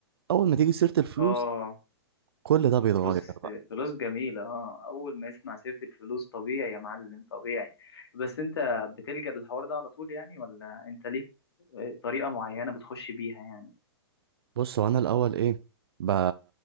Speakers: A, on the right; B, on the left.
A: اول ما تيجي سيره الفلوس
B: اه
A: كل ده بيتغير
B: فلوس
A: بقى
B: فلوس جميلة اه أول ما يسمع سيرة الفلوس طبيعي يا معلم طبيعي بس أنت بتلجأ للحوار ده على طول يعني ولا أنت ليك آه، طريقة معينة بتخش بيها يعني
A: بص هو انا الاول ايه ب